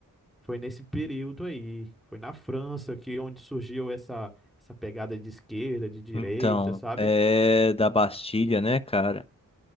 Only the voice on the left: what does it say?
Então,
é da Bastilha, né, cara?